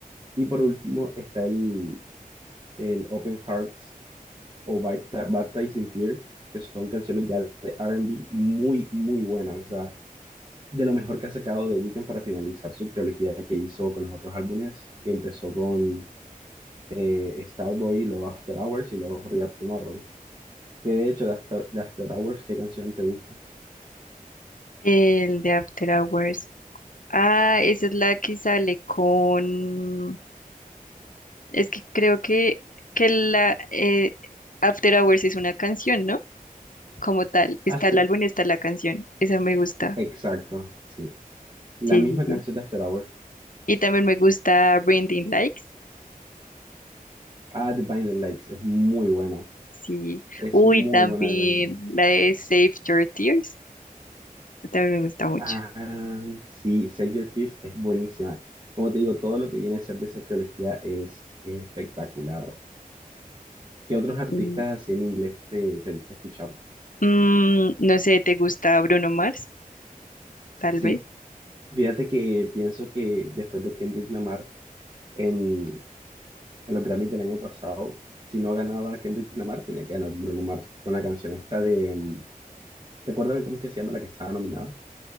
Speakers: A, on the right; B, on the left.
A: Y por último está el, el Open Hearts o Bapti- Baptized in Fear, que son canciones ya de R&B muy, muy buenas. O sea, de lo mejor que ha sacado The Weeknd para finalizar su trilogía que hizo con los otros álbumes, que empezó con eh, Starboy, luego After Hours y luego Hurry Up Tomorrow. Que de hecho, de After, de After Hours, ¿qué canción te gusta?
B: El de After Hours. Ah, esa es la que sale con... Es que creo que, que la eh, After Hours es una canción, ¿no? Como tal. Está
A: After-
B: el álbum, está la canción. Esa me gusta.
A: exacto, sí. La
B: Sí,
A: misma
B: sí, sí.
A: canción de After Hours,
B: Y también me gusta Blinding Likes.
A: Ah, The Blinding Lights, es muy buena.
B: Sí.
A: Es
B: Uy,
A: muy
B: también
A: buena The Blinding Lights.
B: la de Save Your Tears. también me gusta mucho.
A: Ah, sí, Save Your Tears es buenísima. Como te digo, todo lo que viene a ser de esa trilogía es, es espectacular. ¿Qué otros artistas
B: Mm.
A: así en inglés te, te gusta escuchar?
B: Mm, no sé, ¿te gusta Bruno Mars? Tal
A: Sí,
B: vez.
A: fíjate que pienso que después de Kendrick Lamar en, en los Grammys del año pasado, si no ganaba Kendrick Lamar, tenía que ganar Bruno Mars con la canción esta de, mm, ¿te acuerdas de cómo es que se llama la que estaba nominada?